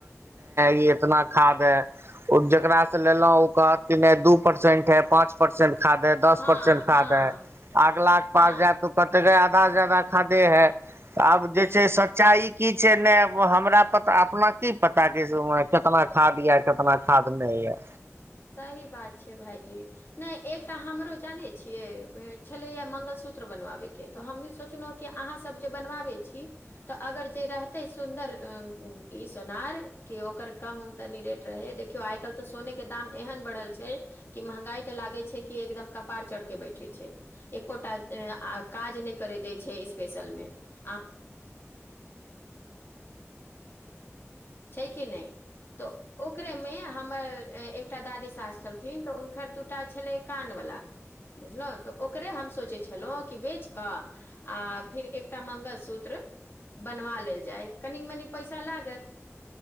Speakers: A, on the right; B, on the left.
A: ई इतना खाद ह, जेकरा से लेल कहत दू परसेंट है पाच परसेंट खाद है, दस
B: हँ
A: परसेंट खाद
B: हँ
A: है अगला के पास
B: हँ
A: जाय त कते भ जा ा खादे है, आब जे छै सच्चाइ की छै नहि हमरा पता अपना की पता क कितना खाद या कितना खाद नहि यऽ
B: सही बात छै भाायजी, नहि एकटा हमरो जानै छियै छलैया मंगलसूत्र बनवाबय के तऽ हमहीँ सोचलहुँ हँ कि अहाँ सभ जे बनबाबै छी तऽ अगर जे रहतै सुन्दर ई सोनार कि ओकर कम उम तनी रेट रहै देखियौ आइ काल्हि तऽ सोने के दाम एहन बढ़ल छै कि महँगाइ तऽ लागै छै कि एकदम कपार चढ़ि कऽ बैठै छै, एक्ोटा काज नहि करय दै छै स्पेशल मे आ छै कि नहि तऽ ओकरे मे हमर अ एक। एकटा दादी सास छलथिन तऽ हुनकर दूटा छलै कान वला बुझलहु। तऽ ओकरे हम सोचै छलहुँ कि बेच क। आ फिर एकटा मंगलसूत्र बनवा लेल जाय कनि मनी- पइसा लगत